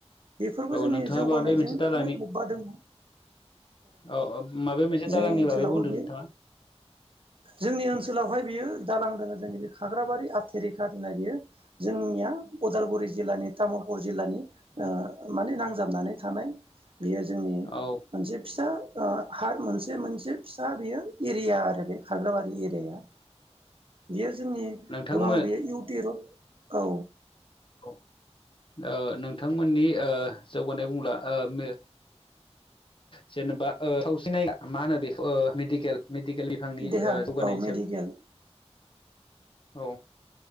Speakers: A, on the right; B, on the left.
A: बेफोरबो जोंनि
B: नोंथाङा
A: जौगानायजोंनो
B: माबे मोनसे दालांनि
A: लोब्बा दङ
B: औ औ माबा मोनसे
A: जोंनि
B: दालांनि
A: ओनसोलावबो
B: बागै बुंदों
A: बेयो
B: नोंथाङा
A: जोंनि ओनसोलावहाय बियो दालां दोङो जोंनि बे खाग्राबारि आथेरेखा होननाय बियो जोंनिया अदालगुरि जिल्लानि तामुलपुर जिल्लानि माने नांजाबनानै थानाय बियो जोंनि
B: औ-औ-औ
A: मोनसे फिसा हार मोनसे मोनसे फिसा बेयो एरिया आरो बे खाग्राबारि एरियााया बियो जोंनि
B: नोंथांमोन
A: गोबां बेयो इउट औ
B: औ ओ नोंथांमोननि ओ जौगानाय बुंब्ला ओ म जेनेबा सावसिनाय मा होनो बेखौ मेडिकेल मेडिकेलनि बिथांनि
A: देहा
B: ओ जौगानायनि
A: औ मेडिकेल
B: सायाव औ